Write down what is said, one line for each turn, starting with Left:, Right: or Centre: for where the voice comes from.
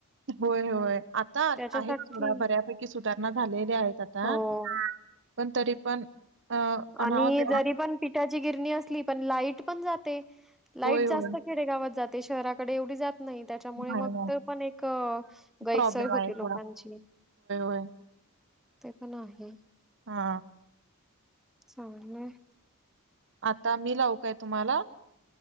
Right: होय, होय. आता
Centre: त्याच्यासाठी
Right: आहेत सोडा बऱ्यापैकी सुधारणा झालेल्या आहेत आता.
Centre: हो
Right: पण, तरी पण अ अनाहत
Centre: आणि जरी पण पिठाची गिरणी असली, पण लाईट पण जाते. लाईट
Right: होय होय
Centre: जास्त खेडेगावात जाते. शहराकडे एवढी जात नाही. नाही. त्याच्यामुळे
Right: नाही
Centre: मग
Right: नाही
Centre: ते पण एक गैरसोय
Right: प्रॉब्लेम
Centre: होते
Right: आहे
Centre: लोकांची
Right: थोडा
Centre: --
Right: <unintelligible>
Centre: ते पण आहे.
Right: हा.
Centre: चागलयं.
Right: आता मी लाउ काय तुम्हाला?